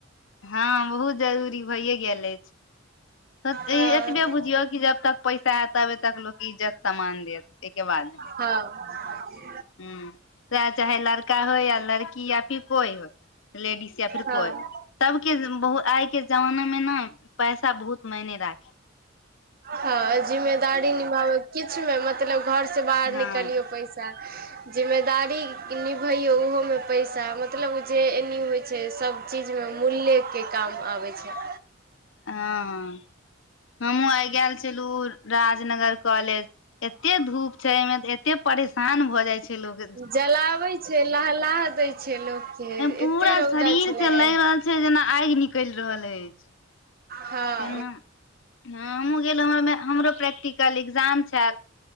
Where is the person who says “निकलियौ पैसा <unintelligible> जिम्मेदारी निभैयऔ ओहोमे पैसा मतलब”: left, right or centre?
Right